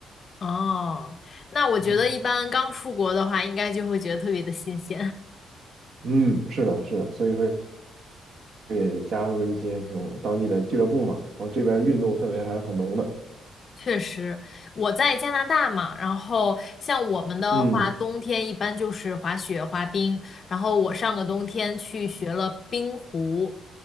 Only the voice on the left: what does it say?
哦，那我觉得一般刚出国的话，
应该就会觉得特别的新鲜。
确实，我在加拿大嘛，然后像我们的话，
冬天一般就是滑雪、滑冰，然后我上个冬天去学了冰壶，